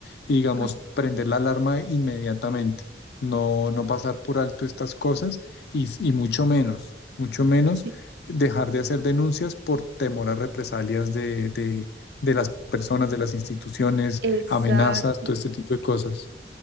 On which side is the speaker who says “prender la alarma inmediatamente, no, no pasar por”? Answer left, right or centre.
Left